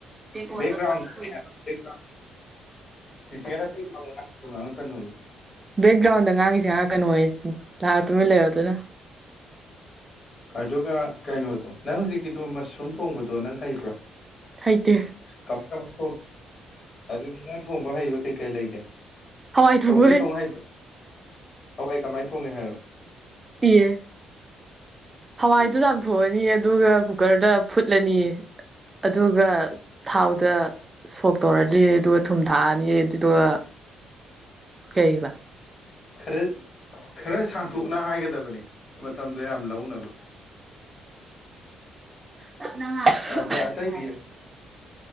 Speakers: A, on the right (about 20°); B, on the left (about 40°).
A: ꯔꯦꯀꯣ꯭ꯔꯠꯇ
B: ꯕꯦꯛꯒ꯭ꯔꯥꯎꯟ
A: ꯊꯥꯒꯠꯇꯣꯏꯅꯦ
B: ꯕꯦꯛꯒ꯭ꯔꯥꯎꯟ ꯆꯤꯆꯦꯔ ꯕꯦꯛꯒ꯭ꯔꯥꯎꯟꯗ ꯉꯥꯡꯉꯛꯏꯗꯣ ꯉꯥꯡꯉꯛꯀꯅꯣꯌꯨ
A: ꯕꯦꯛꯒ꯭ꯔꯥꯎꯟꯗ ꯉꯥꯡꯉꯤꯁꯦ ꯉꯥꯛꯉꯛꯀꯅꯣꯌꯦ ꯅꯍꯥꯛ ꯇꯨꯃꯤꯟ ꯂꯩꯌꯣ ꯑꯗꯨꯅ
B: ꯑꯗꯨꯒ ꯀꯩꯅꯣꯗꯣ ꯅꯪ ꯍꯧꯖꯤꯛꯀꯤꯗꯣ ꯃꯁꯔꯨꯝ ꯊꯣꯡꯕꯗꯣ ꯅꯪ ꯍꯩꯕ꯭ꯔꯣ
A: ꯍꯩꯇꯦ
B: ꯀꯃꯥꯏ ꯀꯃꯥꯏ ꯊꯣꯡ ꯑꯗꯨꯗꯤ ꯅꯪ ꯊꯣꯡꯕ ꯍꯩꯕ ꯀꯩꯀꯩ ꯂꯩꯒꯦ
A: ꯍꯋꯥꯏ ꯊꯣꯡꯕ
B: ꯁꯧꯒ꯭ꯔꯤ ꯊꯣꯡ ꯍꯩ ꯍꯋꯥꯏ ꯀꯃꯥꯏ ꯊꯣꯡꯉꯤ ꯍꯥꯏꯔꯛꯑꯣ
A: ꯑꯦ ꯍꯋꯥꯏꯗꯨ ꯆꯥꯝꯊꯣꯛꯑꯅꯤ ꯑꯗꯨꯒ ꯀꯨꯀ꯭ꯔꯗ ꯐꯨꯠꯂꯅꯤ ꯑꯗꯨꯒ ꯊꯥꯎꯗ ꯁꯣꯛ ꯇꯧꯔꯅꯤ ꯑꯗꯨꯒ ꯊꯨꯝ ꯊꯥꯛꯑ ꯅꯤ ꯑꯗꯨꯗꯨꯗ ꯀꯩꯕ
B: ꯈꯔꯠ ꯈꯔ ꯁꯥꯡꯇꯣꯛꯅ ꯍꯥꯏꯒꯗꯕꯅꯤ ꯃꯇꯝꯗꯣ ꯌꯥꯝ ꯂꯧꯅꯕ
A: <unintelligible>
B: ꯑꯗ ꯑꯇꯩꯗꯤ